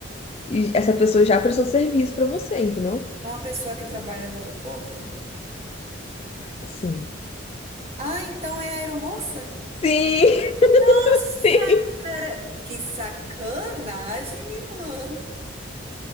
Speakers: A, on the left; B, on the right.
A: E essa pessoa já prestou serviço pra você, entendeu?
B: É uma pessoa que trabalha no aeroporto?
A: Sim.
B: Ah, então é a aeromoça?
A: Sim,
B: Nossa,
A: <laughs> sim,
B: cara, que sacanagem, minha irmã.